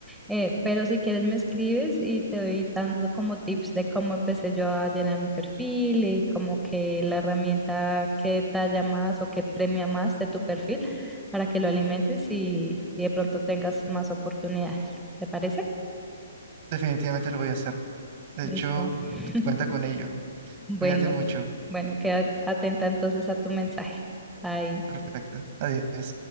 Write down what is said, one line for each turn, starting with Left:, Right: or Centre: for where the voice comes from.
Centre: eh, pero si quieres me escribes y te doy dando como tips de cómo empecé yo a llenar mi perfil y como que la herramienta que talla más o que premia más de tu perfil para que lo alimentes y, y de pronto tengas más oportunidades. ¿Te parece?
Right: Definitivamente lo voy a hacer. De
Centre: Listo.
Right: hecho,
Centre: <laughs>
Right: cuenta con ello.
Centre: Bueno,
Right: Cuídate mucho.
Centre: bueno, queda atenta entonces a tu mensaje. Bye.
Right: Perfecto. Adiós.